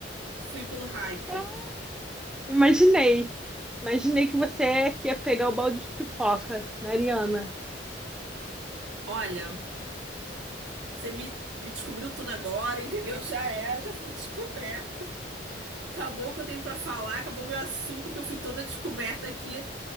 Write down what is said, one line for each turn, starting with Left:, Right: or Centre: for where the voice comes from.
Right: Fui pelo hype.
Centre: Ah, Imaginei. Imaginei que você é que ia pegar o balde de pipoca da Ariana.
Right: Olha, você me, me descobriu tudo agora, <laughs> entendeu? Já era, já fui descoberta. Acabou o que eu tenho pra falar, acabou meu assunto, porque eu fui toda descoberta aqui